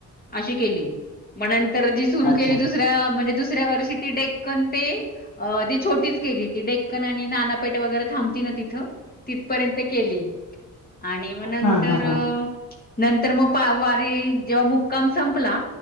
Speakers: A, on the left; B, on the left.
A: अशी केली. मग नंतर जी सुरु
B: अच्छा
A: केली दुस अ म्हणजे दुसऱ्या वर्षी ती डेक्कन ते अ ती छोटीच केली. ती डेक्कन आणि नानापेट वगैरे. थांबती ना तिथ तिथपर्यंत केली. आणि मग नंतर
B: हा हा हा
A: नंतर मग वारी जेव्हा मुक्काम संपला